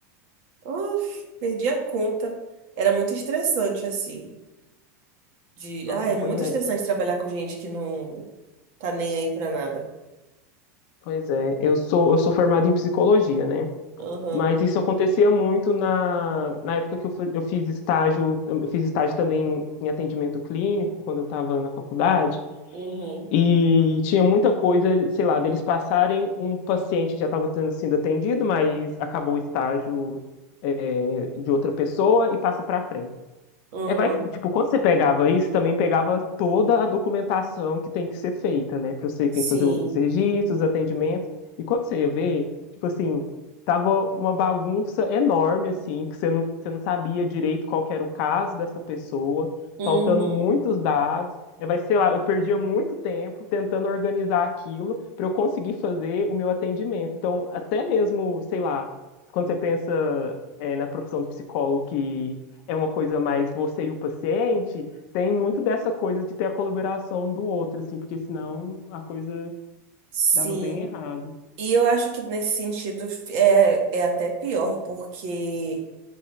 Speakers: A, on the right; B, on the left.
A: uf, perdi a conta. Era muito estressante, assim. De...
B: Nossa,
A: Ah, é
B: pois
A: muito
B: é.
A: estressante trabalhar com gente que não tá nem aí pra nada.
B: Pois é, eu sou, eu sou formado em psicologia, né?
A: Uhum,
B: Mas isso acontecia muito na, na época que eu, fa- eu fiz estágio, eu fiz estágio também em atendimento clínico, quando eu estava na faculdade.
A: uhum,
B: E tinha muita coisa, sei lá, deles passarem um paciente que já estava sendo atendido, mas acabou o estágio eh, de outra pessoa e passa para frente.
A: uhum,
B: É, vai, tipo, quando você pegava isso, também pegava toda a documentação que tem que ser feita, né? Pra você
A: sim,
B: tem que fazer os registros, os atendimentos. E quando você ia ver, tipo assim, tava uma bagunça enorme, assim, que você não, você não sabia direito qual que era o caso dessa pessoa,
A: uhum.
B: faltando muitos dados. É, vai, sei lá, eu perdia muito tempo tentando organizar aquilo para eu conseguir fazer o meu atendimento. Então, até mesmo, sei lá, quando você pensa, é, na profissão do psicólogo que é uma coisa mais você e o paciente, tem muito dessa coisa de ter a colaboração do outro, assim, porque senão a coisa
A: Sim.
B: dava bem errado.
A: E eu acho que nesse sentido é, é até pior, porque